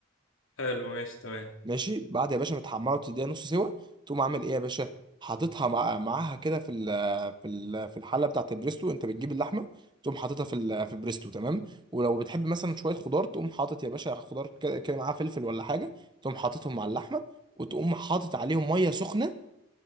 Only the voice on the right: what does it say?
ماشي بعد يا باشا ما تحمرها وتديها نص سوا تقوم عامل ايه يا باشا حاططها مع... معاها كده في ال... في ال... في الحله بتاعت البريستو انت بتجيب اللحمه تقوم حاططها في ال... في البريستو تمام ولو بتحب مثلا شويه خضار تقوم حاطط يا باشا خضار كده كده معاها فلفل ولا حاجه تقوم حاططهم مع اللحمه وتقوم حاطط عليهم ميه سخنه